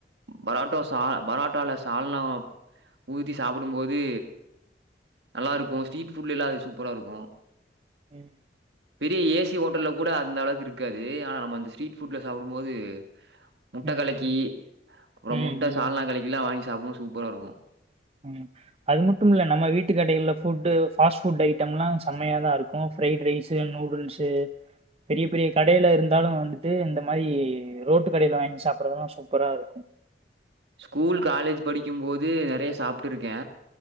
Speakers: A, on the right (about 75°); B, on the right (about 35°).
A: பராட்டோ சா பரோட்டால சால்னா ஊத்தி சாப்புடும்போது நல்லாருக்கு ஸ்டீட் ஃபுட்லல்லா அது சூப்பராருக்கு
B: ம்
A: பெரியெ ஏ சி ஓட்டல்ல கூட அந்தளவுக் இருக்காது ஆனா நம்ம அந்த ஸ்ட்ரீட்ஃபுட்ல சாப்புடும் போது முட்ட
B: ம்
A: கலக்கீ அப்றொ
B: ம்
A: முட்ட
B: ம்
A: சால்னா கலக்கிலா வாங்கி சாப்புனு சூப்பராருக்கு
B: ம் அது மட்டும்ல்ல நம்ம வீட்டு கடைகல்ல ஃபுட்டு ஃபாஸ்ட் ஃபுட் ஐட்டம்ல்லா செம்மையாதா இருக்கு ஃப்ரைட் ரைஸு நூடுல்ஸு பெரிய பெரிய கடையிலருந்தாலு வந்துட்டு இந்த மாரி ரோட்டு கடயில வாங் சாப்புறதெல்லா சூப்பராருக்கு
A: ஸ்கூல் காலேஜ் படிக்கியும் போது நெறய சாப்ட்டுருக்கே